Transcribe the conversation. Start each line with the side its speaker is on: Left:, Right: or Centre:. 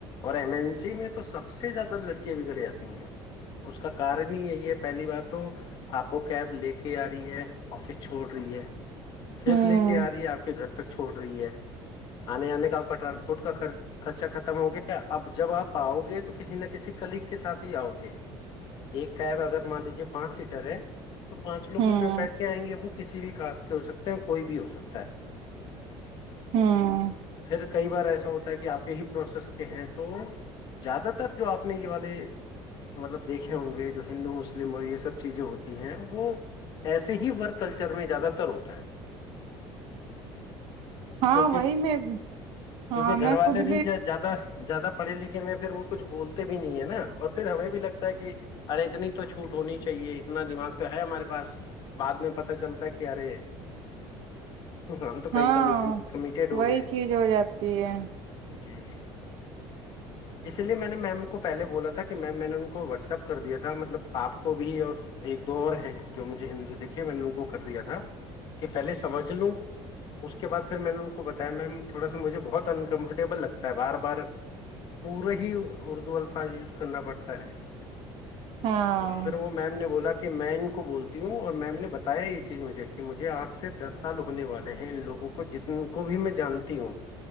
Left: اور ایمرجنسی میں تو سب سے زیادہ لڑکیاں بگڑ جاتی ہیں اس کا کارن ہی یہی ہے پہلی بات تو آپ کو کیب لے کے آ رہی ہے آفس چھوڑ رہی ہے پھر
Right: ہوں
Left: لے کے آ رہی ہے آپ کے گھر ک چھوڑ رہی ہے آنے آنے کا آپ کا ٹانسپورٹ کا خرچہ خرم ہو گیا اب جب آپ آاؤ گے تو کسی نے کسی کلیگ کے ساتھ ہی آؤ گے ایک کیب اگر مان یے پانچ سیٹر تو پانچ لو
Right: ہوں
Left: اس میں بیٹھ کے آئیں گے وہ کسی بھی کاسٹ کے ہو سکتے ہیں کوئی بھی ہو سکتا ہے
Right: ہوں
Left: پھر کئی بار ایسا ہوتا کہ آپ کے ہی پروسیس کے ہیں تو زیادہ تر جو آپ نے یہ والے مطلب دیکھے ہوں گے جو ہندو مسلم اور یہ سب چیزیں ہوتی ہیں وہ ایسے ہی ورک کلچر میں زیادہ تر ہوتا ہے
Right: ہاں
Left: کیونکہ
Right: وہی میں ہاں
Left: کیونکہ گھر
Right: میں
Left: والے
Right: خود
Left: بھی ج زیادہ پڑھے لکھے میں پھر وہ کچھ بولتے بھی نہیں ہے نا اور پھر ہمیں بھی لگتا ہے کہ ارے اتنی تو چھوٹ ہونی چاہیے اتنا دماغ تو ہے ہمارے پاس بعد میں پت چلتا ہے کہ ارے ہم تو کہیں
Right: ہاں
Left: کمیٹیڈ ہو
Right: وہی
Left: گئے
Right: چیز ہو جاتی ہے
Left: جی اسی لیے میں نے میم کو پہلے بولا تھا کہ میم میں نے ان کو واٹسپ کر دیا تھا مطلب آپ کو بھی اور ایک دو اور ہیں جو مجھے ہندو دیکھے میں نے ان کو کر دیا تھا کہ پہلے سمجھ لوں اس کے بعد پھر میں نے ان کو بتایا میم تھوڑا سا مجھے بہت انکمفرٹیبل لگتا بار بار پورا ہی اردو الفاظ یوز کرنا پڑتا ہے
Right: ہاں
Left: تو پھر وہ میم نے بولا کہ کہ میں ان کو بولتی ہوں اور میم نے بتایا یہ چیز مجھے کہ مجھے آٹھ سے دس سال ہونے والے ہیں ان لوگوں کو جتن کو بھی میں جانتی ہوں